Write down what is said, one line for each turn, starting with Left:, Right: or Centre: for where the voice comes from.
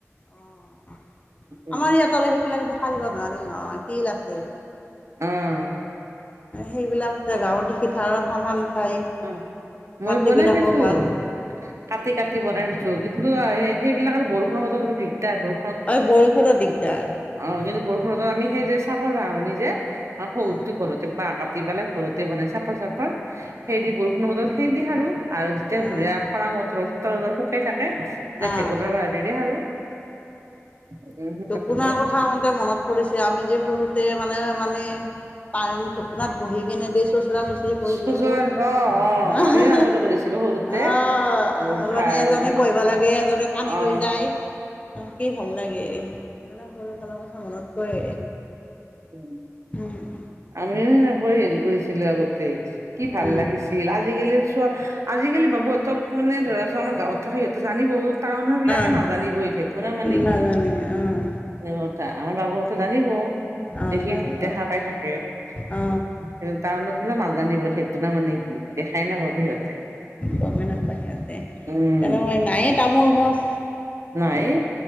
Left: অঁ
Right: উম
Left: আমাৰ ইয়াতত আৰু সেইবিলাক দে সাৰিব দিব নোৱাৰিল নহয় শিল আছে।
Right: উম।
Left: সেইবিলাক জেগাও দেখি থাও সমান ঠাই
Right: উ মই
Left: মাটিবিলাকো
Right: বনাই থইছো।
Left: ভাল
Right: কাটি
Left: অঁ
Right: কাটি বনাই থয়ছো কিন্তু সেইবিলাক বৰষুণৰ মাজত অলপ দিগদাৰ আৰু
Left: অই বৰষুণৰ দিগদাৰ।
Right: অ', কিন্তু বৰষুণত আমি সেই যে চাপৰ ব নি যে শহৰঠে
Left: অঁ
Right: ঘৰতে বাহ কাটি পেলাই ঘৰতে বনাই চাপৰ চাপৰ সেইদি
Left: অঁ
Right: বৰষুণৰ বতৰত সেইদি সাৰো। আৰু যেতিয়া
Left: অঁ
Right: ভৰি খৰাং বতৰত শুকাই থাকে তেতিয়া
Left: অঁ
Right: ঢেকুনাৰ বাহনিৰে সাৰো। উম সেনেকৈ
Left: ঢেকুনাৰ কথা কওঁতে মনত পৰিছে আমি যে সৰুতে মানে, মানে <unintelligible> ঢেকুনাত বহি কিনে যে চোচৰা চচৰি কৰিছিলো
Right: চোচৰা অ অ
Left: আ
Right: আমিও আগতে কৰিছিলো সৰুতে
Left: হা হা
Right: ভাই
Left: মানে এজনে বহিব লাগ এই এজনে টানি
Right: অ
Left: লৈ যায় অ', কি ভাল লাগে। এইবিলাক সৰু কালৰ কথা মনত পৰে
Right: উম
Left: উম।
Right: আমিও সেনেকৈ হেৰি কৰিছিলো আগতে কি ভাল
Left: উম
Right: লাগিছিল আজিকালি চোৱা আজিকালি বাবুহঁতক মানে ধৰা ছ আমাৰ গাঁওত থাকে সিহঁত জানিব টাউনৰ বিলাকে
Left: অ
Right: নাজানিব এই ঢেকুনা মানে
Left: নাজানে
Right: কি?
Left: অ'।
Right: স কথা আমাৰ বাবুহঁতে জানিব
Left: অ
Right: সেই
Left: জানিব
Right: দেখা পাই থাকে। স
Left: অ
Right: টাউনত বিলাক নাজানিব ঢেকুনা মানে কি দেখাই নাপাবো সিহঁতে।
Left: গমে নাপায় সিহঁতে
Right: উম
Left: তেনেকই নায়ে তামোল গছ।
Right: নাইয়ে।